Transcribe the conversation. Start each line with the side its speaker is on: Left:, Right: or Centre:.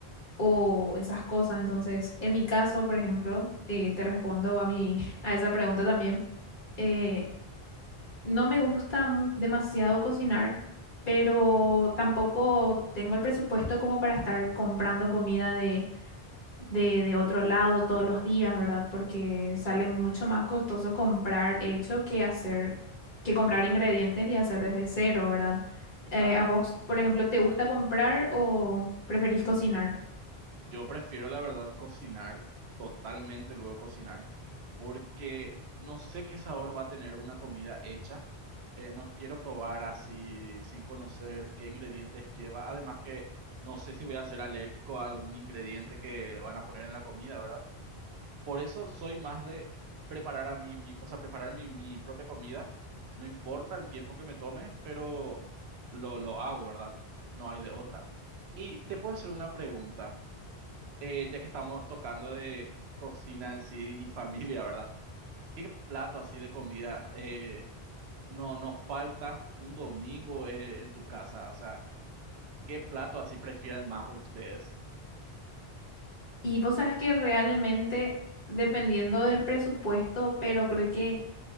Left: o esas cosas. Entonces, en mi caso, por ejemplo, eh, te respondo a mi, <laughs> a esa pregunta también. eh, no me gusta mu- demasiado cocinar, pero tampoco tengo el presupuesto como para estar comprando comida de, de, de otro lado todos los días, ¿verdad? Porque sale mucho más costoso comprar hecho que hacer, que comprar ingredientes y hacer desde cero, ¿verdad? Eh,
Right: claro.
Left: ¿a vos, por ejemplo, te gusta comprar o preferís cocinar?
Right: Yo prefiero, la verdad, cocinar totalmente luego cocinar porque no sé qué sabor va a tener una comida hecha eh, no quiero probar así sin conocer qué ingredientes lleva. Además que no sé si voy a ser alérgico a algún ingrediente que van a poner en la comida, ¿verdad? Por eso soy más de preparar a mí, mi, o sea, preparar mi, mi propia comida. No importa el tiempo que me tome, pero lo, lo hago, ¿verdad? No hay de otra. Y te puedo hacer una pregunta, eh, ya que estamos tocando de cocina en sí y familia, ¿verdad? ¿Qué plato así de comida eh, no, no falta un domingo en, en tu casa. O sea, ¿qué plato así prefieren más ustedes?
Left: Y vos sabes que realmente dependiendo del presupuesto, pero creo que